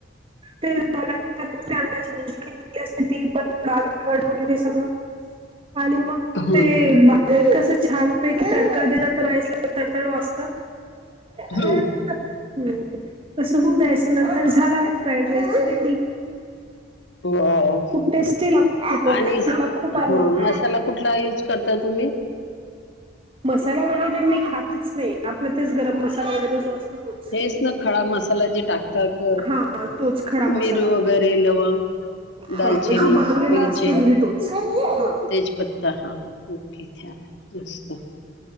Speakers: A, on the right; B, on the left.
A: ते झाड नंतर ते मग अंड्याची भुर्जी केलेली असते ती पण डाल तिखट वगैरे सगळं आणि मग
B: हम्म
A: ते बाहेर कसं छानपैकी तडका दिला तर राईसला तडतड वाजत. <unintelligible>
B: हम्म.
A: हम्म. तस होऊ दयायच नंतर झाला फ्राईड राईस तर रेडी.
B: वाव
A: खूप टेस्टी लागतो तो
B: आणि
A: मला खूप आवडतो.
B: ह मसाला कुठला युज करता तुम्ही?
A: मसाला वगैरे मी खातच नाही आपलं तेच गरम मसाला वगैरे जो असतो तोच.
B: तेच ना खडा मसाला जे टाकतात
A: हा तोच खडा मसाला
B: मिरू
A: आपला
B: वगैरे लवंग
A: ह
B: दालचिनी,
A: जो बनवलेला
B: वेलची,
A: असतो घरी तो. <unintelligible>
B: तेजपत्ता हा ओके हा मस्त.